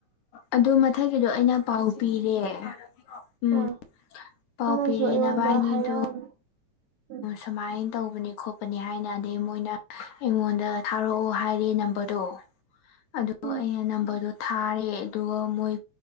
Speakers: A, on the left; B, on the right.
A: ꯑꯗꯨ ꯃꯊꯛꯀꯤꯗꯣ ꯑꯩꯅ ꯄꯥꯎ ꯄꯤꯔꯦ ꯎꯝ
B: ꯑꯥ
A: ꯄꯥꯎ
B: ꯃꯥꯅꯁꯨ
A: ꯄꯤꯔꯦ
B: ꯑꯩꯉꯣꯟꯗ
A: ꯅꯚꯅꯤꯗꯣ
B: ꯍꯥꯏꯔꯛꯑꯝꯃꯤ ꯎꯝ
A: ꯁꯃꯥꯏꯅ ꯇꯧꯕꯅꯤ ꯈꯣꯠꯄꯅꯤ ꯍꯥꯏꯅ ꯑꯗꯩ ꯃꯣꯏꯅ ꯑꯩꯉꯣꯟꯗ ꯊꯥꯔꯛꯑꯣ ꯍꯥꯏꯔ ꯅꯝꯕꯔꯗꯣ ꯑꯗ
B: ꯎꯝ
A: ꯑꯩꯅ ꯅꯝꯕꯔꯗꯣ ꯊꯥꯔꯦ ꯑꯗꯨꯒ ꯃꯣꯏ